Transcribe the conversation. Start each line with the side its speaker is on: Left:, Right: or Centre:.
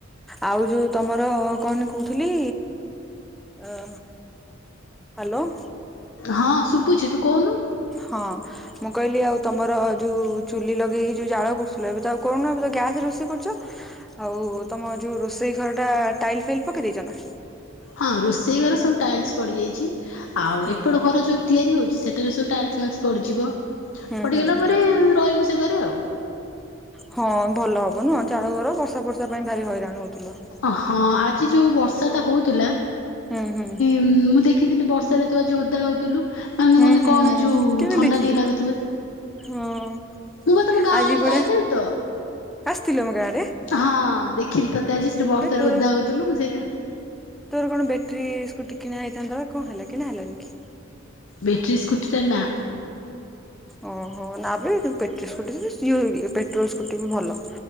Centre: ଆଉ ଯୋଉ ତମର କଣ କହୁଥିଲି? ଅ। ହ୍ୟାଲୋ।
Left: ହଁ ଶୁବୁଚି ତୁ କହୁନୁ?
Centre: ହଁ। ମୁଁ କହିଲି ଆଉ ତମର ଯୋଉ ଚୁଲି ଲଗେଇ ଯୋଉ ଜାଳ କରୁଥିଲ ଏବେ ତ ଆଉ କରୁନ ଏବେ ତ ଗ୍ୟାସରେ ରୋଷେଇ କରୁଛ। ଆଉ ତମ ଯୋଉ ରୋଷେଇ ଘରଟା ଟାଇଲ ଫାଇଲ ପକେଇ ଦେଇଛ ନା।
Left: ହଁ ରୋଷେଇ ଘର ସବୁ ଟାଇଲ୍ସ ପଡ଼ିଯାଇଛି। ଆଉ
Centre: ହୁଁ
Left: ଏପଟ ଘର ଯୋଉ ତିଆରି ହଉଛି ସେଠାରେ ସବୁ ଟାଇଲସ ଫାଇଲସ ପଡିଯିବ।
Centre: ହୁଁ
Left: ପଡିଗଲା
Centre: ହୁଁ ହୁଁ
Left: ପରେ ରହିବୁ ସେ ଘରେ ଆଉ
Centre: ହଁ ଭଲ ହବ ନୁହଁ ଚାଳଘର, ବର୍ଷା, ଫର୍ଷା, ପାଇଁ ଭାରି ହଇରାଣ ହଉଥିଲ।
Left: ଅ ହଁ ଆଜି ଯୋଉ, ବର୍ଷାଟା ହଉଥିଲା।
Centre: ହୁଁ ହୁଁ।
Left: ହଁ ମୁଁ ଦେଖିଥିଲିନି ବର୍ଷାରେ ତୁ ଆଜି ଓଦା ହଉଥିଲୁ ମାନେ
Centre: ହୁଁ
Left: ମାନେ
Centre: ହୁଁ
Left: କଣ
Centre: ହୁଁ
Left: ଯୋଉ,
Centre: କେମିତି
Left: ଥଣ୍ଡା,
Centre: ଦେଖିଲୁ
Left: ଟିକେ ଲାଗୁଥିବ।
Centre: ହଁ
Left: ମୁଁ ବା ତମ ଗାଁ
Centre: ଆଜି
Left: ଆଡେ
Centre: ପଡା
Left: ଯାଇଥିଲି ତ।
Centre: ଆସିଥିଲ ଆମ ଗାଁ ଆଡେ
Left: ହଁ ଦେଖିଲି ତତେ ଆଜି ସେଠି ବର୍ଷାରେ
Centre: ବେ ତୋର
Left: ଓଦା ହଉଥିଲୁ ମୁଁ ସେଇଥିପା
Centre: ତୋର କଣ ବ୍ୟାଟେରି ସ୍କୁଟି କିଣା ହେଇଥାନ୍ତା। କଣ ହେଲା କିଣା ହେଲାନି କି?
Left: ବେଟରି ସ୍କୁଟିଟା ନା।
Centre: ଓହୋ ନବେ ବେଟ୍ରି ସ୍କୁଟି <inaudible> ପେଟ୍ରୋଲ ସ୍କୁଟି ବି ଭଲ।